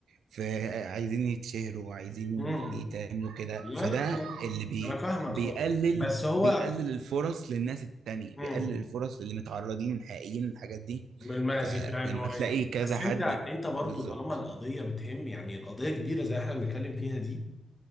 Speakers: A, on the right; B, on the left.
A: فعايزين يتشهروا وعايزين
B: امم
A: يتعملوا كده
B: لا
A: فده
B: لا لا
A: اللي بي
B: انا فاهمك
A: بيقلل
B: اه بس هو
A: بيقلل الفرص للناس التانية
B: امم
A: بيقلل الفرص للي متعرضين حقيقيين للحاجات دي
B: من المأزي
A: فلما
B: فعلا ان هو
A: تلاقي
B: يعني
A: كذا
B: بس
A: حد
B: انت انت برضو
A: بالظبط
B: طالما القضيه بتهم يعني القضيه كبيره زي احنا بنتكلم فيها دي